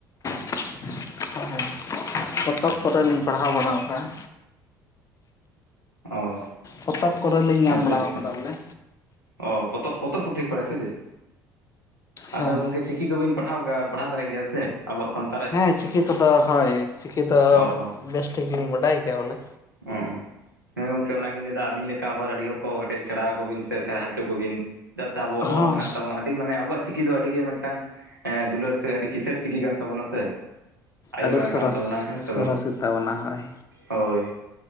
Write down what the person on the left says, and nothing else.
<unintelligible> ᱯᱚᱛᱚᱵ ᱠᱚᱨᱮ ᱞᱤᱧ ᱯᱟᱲᱦᱟᱣ ᱵᱟᱲᱟᱣ ᱟᱠᱟᱜᱼᱟ।
ᱯᱚᱛᱚᱵ ᱠᱚᱨᱮᱞᱤᱧ ᱧᱟᱢ
ᱵᱟᱲᱟᱣ
ᱟᱠᱟᱫᱟ ᱵᱚᱞᱮ।
ᱦᱮᱸ
ᱦᱮᱸ ᱪᱤᱠᱤ ᱠᱚᱫᱚ ᱦᱳᱭ ᱪᱤᱠᱤ ᱫᱚ
ᱵᱮᱥ ᱴᱷᱤᱠ ᱞᱤᱧ ᱵᱟᱰᱟᱭ ᱜᱮᱭᱟ ᱵᱚᱞᱮ᱾
ᱦᱚᱸ
ᱟᱹᱰᱤ
ᱥᱚᱨᱚᱥ
ᱥᱚᱨᱚᱥ
ᱜᱮᱛᱟᱵᱚᱱᱟ ᱦᱳᱭ